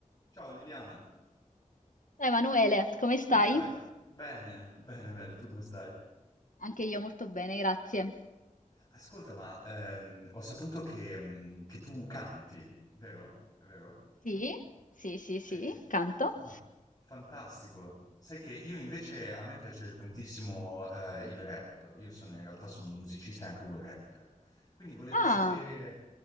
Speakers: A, on the left; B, on the left.
A: Ciao Liliana,
B: Ciao Emanuele, come stai?
A: come stai? Bene, bene, bene, tu come stai?
B: Anche io molto bene, grazie.
A: Ascolta, ma ehm, ho saputo che, mm, che tu canti, vero? È vero?
B: Sì, sì, sì,
A: Sì,
B: sì, canto.
A: ah, fantastico. Sai che io invece a me piace tantissimo eh, il rap, io sono in realtà sono un musicista e anche un rapper, quindi volevo
B: Ah,
A: sapere,